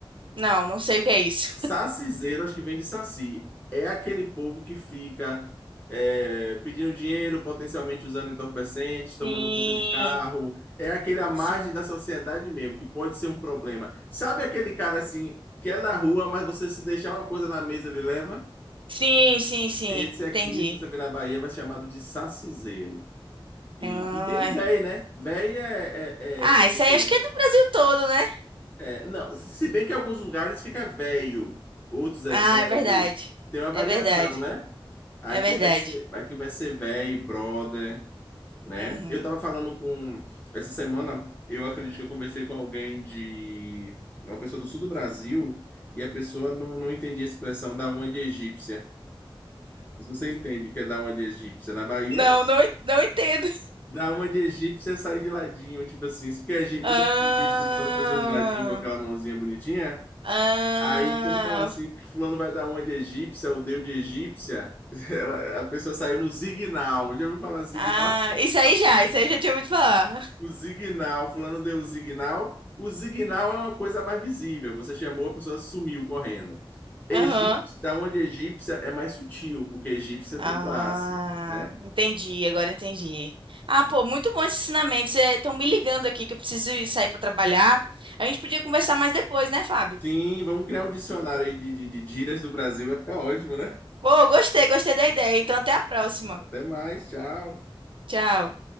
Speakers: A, on the right; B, on the left.
A: Não, não sei o que é isso.
B: Saciseiro, acho que vem de saci. É aquele povo que fica é, pedindo dinheiro, potencialmente usando entorpecentes, tomando
A: Sim,
B: conta de carro. É aquele à margem
A: sim.
B: da sociedade mesmo, que pode ser um problema. Sabe aquele cara assim, que é na rua, mas você se deixar uma coisa na mesa, ele leva?
A: Sim, sim, sim.
B: Esse aqui,
A: Entendi.
B: se você vir na Bahia, vai ser chamado de saciseiro. E,
A: Ah,
B: e tem o
A: é.
B: véi, né? Véi é, é,
A: Ah,
B: é, é
A: isso
B: você.
A: aí acho que é do Brasil todo, né?
B: É, não, se bem que em alguns lugares fica velho, outros é
A: Ah,
B: velho.
A: é verdade.
B: Tem uma variação,
A: É verdade.
B: né? Aqui
A: É verdade.
B: vai ser, aqui vai ser véi, brother, né?
A: Uhum.
B: Eu tava falando com. Essa semana, eu acredito que eu conversei com alguém de. Uma pessoa do sul do Brasil, e a pessoa não, não entendia a expressão da uma de egípcia. Mas você entende o que é da uma de egípcia? Na Bahia
A: Não, não, en- não entendo.
B: Dar uma de egípcia e sair de ladinho, tipo assim. Se Porque egí-
A: Ah,
B: os egípcios não são as pessoas de ladinho com aquela mãozinha bonitinha?
A: ah,
B: Aí, quando fala assim, que fulano vai dar uma de egípcia, ou deu de egípcia, <laughs> ela- a pessoa saiu no zignal. Já ouviu falar zignal?
A: ah, isso aí já, isso aí já tinha ouvido falar.
B: O zignal, fulano deu o zignal. O zignal é uma coisa mais visível. Você chamou, a pessoa sumiu correndo. Egípcio,
A: Aham.
B: da onde egípcia é mais sutil, porque egípcia
A: Ah,
B: tem classe, né?
A: entendi, agora entendi. Ah, pô, muito bom esses ensinamentos. Estão me ligando aqui que eu preciso ir sair para trabalhar. A gente podia conversar mais depois, né, Fábio?
B: Sim, vamos criar um dicionário aí de, de, de gírias do Brasil, vai ficar ótimo, né?
A: Pô, gostei, gostei da ideia. Então, até a próxima.
B: Até mais, tchau.
A: Tchau.